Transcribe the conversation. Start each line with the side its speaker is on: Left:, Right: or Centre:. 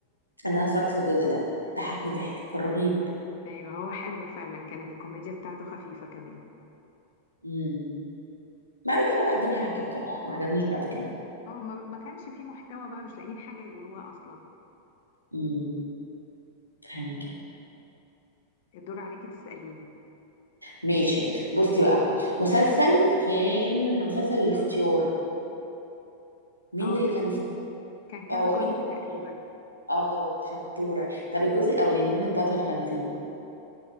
Right: ان انا اتفرجت في الجزء ده ضحكني ضحك كان رهيب
Left: ايوه هو حلو فعلا كانت الكوميديا بتاعته خفيفة كمان
Right: امم بعد كده بقى الدنيا عكت بصراحه ما عجبنيش بعد كده
Left: اه ما ما كانش فيه محتوى بقى مش لاقيين حاجة يقولوها اصلا
Right: امم فاهمك
Left: الدور عليكي تسأليني
Right: ماشي بصي بقى مسلسل كان مسلسل الاختيار مين
Left: اه
Right: اللي
Left: ده
Right: كان فيه
Left: كان كذا
Right: اه
Left: جزء
Right: مين اللي
Left: تقريبا
Right: كان اه شطورة طب الجزء الأولاني مين البطل كان فيه